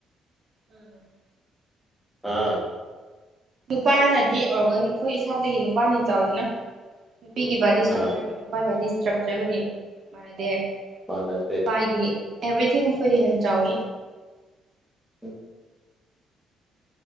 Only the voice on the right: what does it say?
ꯎꯝ
ꯅꯨꯄꯥꯅꯗꯤ ꯑꯣꯔꯒꯅꯤ ꯑꯩꯈꯣꯏ ꯏꯁꯥꯗꯒꯤ ꯅꯨꯄꯥꯅ ꯆꯥꯎꯋꯤꯗꯅ ꯅꯨꯄꯤꯒꯤ ꯕꯥꯗꯤ ꯏꯁꯇ꯭ꯔꯛꯆꯔꯒ
ꯅꯨꯄꯥꯒꯤ ꯕꯥꯗꯤ ꯏꯁꯇ꯭ꯔꯛꯆꯔꯒꯗꯤ ꯃꯥꯟꯅꯗꯦ
ꯅꯨꯄꯥꯒꯤꯗꯤ ꯑꯦꯕ꯭ꯔꯤꯊꯤꯡ ꯐꯗꯤꯅ ꯆꯥꯎꯎꯋꯤ